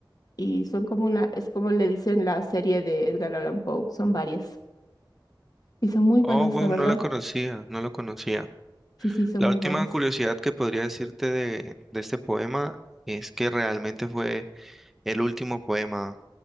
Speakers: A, on the left; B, in the centre.
A: y son como una, es como le dicen la serie de Edgar Allan Poe, son varias. Y son muy buenas,
B: Oh, wow,
A: la verdad.
B: no lo conocía, no lo conocía.
A: Sí, sí, son
B: La
A: muy
B: última
A: buenas.
B: curiosidad que podría decirte de, de este poema es que realmente fue el último poema